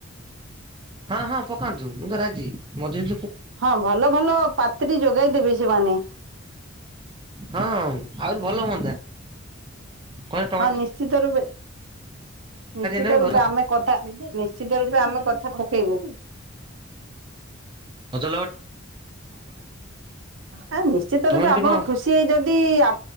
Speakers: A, on the right; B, on the right.
A: ହଁ ହଁ ପକାନ୍ତୁ ମୁଁ ତ ରାଜି ମଧ୍ୟ
B: ହଁ ଭଲ ଭଲ ପାତ୍ରି ଯୋଗାଇ ଦେବେ ସେମାନେ।
A: ହଁ ଆହୁରି ଭଲ ହୁଅନ୍ତା। କହିଲେ ଟଙ୍କା
B: ହଁ ନିଶ୍ଚିତ ରୂପେ ନିଶ୍ଚିତ
A: ନେବେ
B: ରୂପେ
A: ଭଲ
B: ଆମେ କଥା ନିଶ୍ଚିତ ରୂପେ ଆମେ କଥା ପକେଇବୁ <unintelligible>
A: ଭଜଲ
B: ଆ ନିଶ୍ଚିତ
A: ତମେ
B: ରୂପେ
A: ସେଠି
B: ଆପଣ
A: କଣ
B: ଖୁସି ହେଇ ଯଦି ଆ